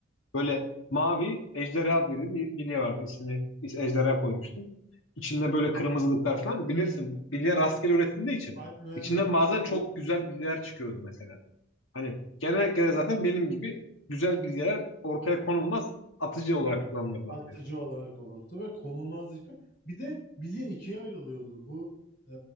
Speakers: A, on the left; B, on the left.
A: Böyle mavi ejderha dediğim bir bilye vardı. İsmini is- ejderha koymuştum. İçinde böyle kırmızılıklar falan. Bilirsin bilye rastgele üretildiği için.
B: Aynen aynen.
A: İçinden bazen çok
B: O
A: güzel bilyeler çıkıyordu mesela. Hani genellikle zaten benim gibi güzel bilgiler ortaya konulmaz atıcı olarak kullanılırdı
B: atıcı
A: hani.
B: olarak olurdu ve konulmazdı hiçbir. Bir de bilye ikiye ayrılıyordu. Bu e,